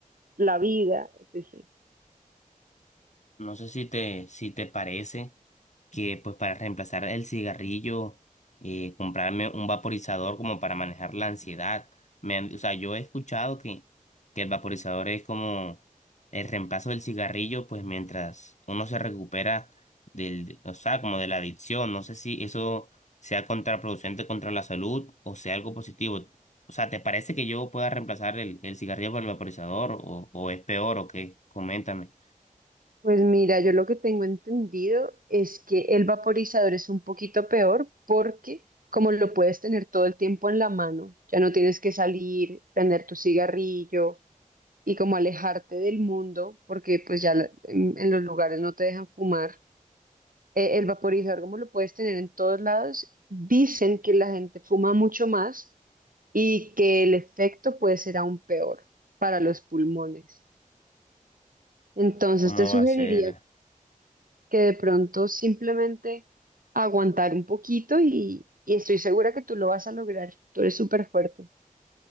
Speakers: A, on the right (about 80°); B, on the left (about 55°).
A: la vida, etc.
B: No sé si te, si te parece. que pues para reemplazar el cigarrillo, eh, comprarme un vaporizador como para manejar la ansiedad. Me han- o sea, yo he escuchado que, que el vaporizador es como el reemplazo del cigarrillo, pues mientras uno se recupera del, o sea, como de la adicción. No sé si eso sea contraproducente contra la salud o sea algo positivo. O sea, ¿te parece que yo pueda reemplazar el, el cigarrillo por el vaporizador o, o es peor o qué? Coméntame.
A: Pues mira, yo lo que tengo entendido es que el vaporizador es un poquito peor porque como lo puedes tener todo el tiempo en la mano, ya no tienes que salir, prender tu cigarrillo y como alejarte del mundo porque pues ya la- en, en los lugares no te dejan fumar. Eh, el vaporizador como lo puedes tener en todos lados, dicen que la gente fuma mucho más y que el efecto puede ser aún peor para los pulmones. Entonces
B: ¿Cómo
A: te sugeriría
B: va a ser?
A: que de pronto simplemente aguantar un poquito y, y estoy segura que tú lo vas a lograr. Tú eres súper fuerte.